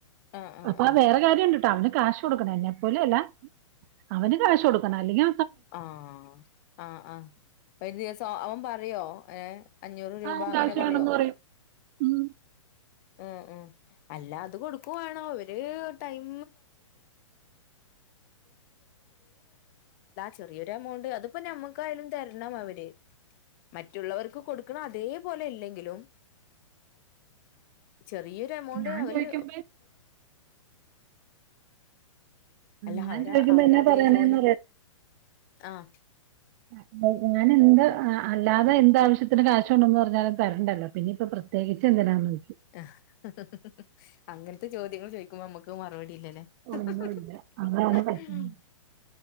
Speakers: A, on the left; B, on the right.
A: ആഹ് ആഹ്
B: അപ്പാവേറെ
A: ആഹ്
B: കാര്യണ്ട് അവന് കാശ് കൊടുക്കണ എന്നെ പോലെ അല്ല അവന് കാശ് കൊടുക്കണ അല്ലെങ്കി
A: ആഹ് ആഹ് ആഹ് ഒരു ദിവസം അവൻ പറയോ ഏഹ് അഞ്ഞൂറ് രൂപ
B: ആഹ്
A: അങ്ങനെ
B: കാശ്
A: പറയോ
B: വേണംന്ന് പറയും ഉം
A: ഉം ഉം അല്ല അത് കൊടുക്കുവാണോ ത് ഒരു ടൈം ചെറിയൊരു എമൗണ്ട് അതിപ്പോ നമ്മക്കായാലും തരണം അവര് മറ്റുള്ളവർക്ക് കൊടുക്കണ അതേപോലെ ഇല്ലെങ്കിലും ചെറിയൊരു എമൗണ്ട്
B: ഞാൻ
A: അവര്
B: ചോദിക്കും
A: അല്ല
B: ഞാൻ
A: അവര്
B: ചോദിക്കുമ്പോ
A: അവര
B: എന്നാ
A: അതേ
B: പറയണേന്ന്
A: ജോലി ആഹ്
B: അഹ് ഞാന് എന്ത് അല്ലാതെ എന്ത് ആവശ്യത്തിനും കാശുണ്ടെന്ന് പറഞ്ഞാലും തരണ്ടല്ലോ പിന്നിപ്പൊ പ്ര <unintelligible>
A: ആഹ് ഹ് ഹ് ഹ് അങ്ങനത്തെ ചോദ്യങ്ങൾ ചോയിക്കുമ്പോ നമ്മുക്ക് മറുപടി ഇല്ലലേ ഹ്
B: ഒന്നുല്ല
A: ഹ്
B: അതാണ് പറ്റുന്നത്
A: ഹ്